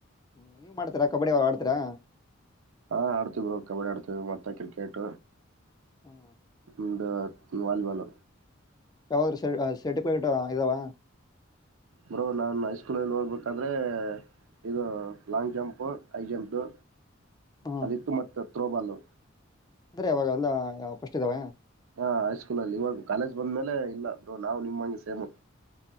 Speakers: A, on the left (about 20°); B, on the right (about 85°).
A: ಹ್ಮ ನೀವ್ ಮಾಡ್ತೀರಾ ಕಬಡ್ಡಿ ಆಡ್ತೀರಾ
B: ಹಾ ಅತ ಬರೋ ಕಬಡಿ ಅತ ಮತ್ತೆ ಕ್ರಿಕೆಟ
A: ಹ್ಮ್
B: ಹ್ಮ ವಬಲ್
A: ಯಾವಾದ್ರೂ ಸ ಸರ್ಟಿಫಿಕೇಟ್ ಇದಾವ
B: ಬ್ರೋ ನಾನು ಐಸ್ಕೂಲಲ್ಲಿ ಹಓದ್ಬೇಕಾದ್ರೆ ಇದು ಲಾಂಗ್ ಜಂಪು ಹೈ ಜಂಪು
A: ಹ್ಮ್
B: ಅದಿತ್ತು ಮತ್ತ ತ್ರೊಬಲು
A: ಅಂದ್ರೆ ಅವಾವಾಗ ಎಲ್ಲ ಪಸ್ಟ್ ಇದಾವ
B: ಹಾ ಹೈಸ್ಕೂಲ ಅಲ್ಲಿ ಇವಾಗ ಕಾಲೇಜ್ ಬಂದ್ಮೇಲೆ ಇಲ್ಲ ಬ್ರೋ ನಾವು ನಿಮಂಗೆ ಸೇಮು